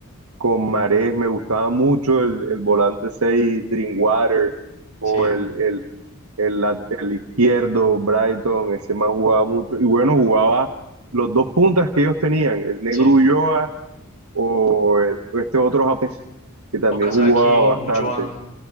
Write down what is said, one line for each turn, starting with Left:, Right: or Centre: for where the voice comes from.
Right: con Mahrez. Me gustaba mucho el, el volante 6 Drinkwater, o
Left: Sí,
Right: el, el, el, lat- el izquierdo, Brighton. Ese más jugaba mucho. Y bueno, jugaba los dos puntas que ellos tenían, el Negro
Left: sí.
Right: Ulloa o eh, este otro japonés que también
Left: Okazaki,
Right: jugaba bastante,
Left: Ulloa,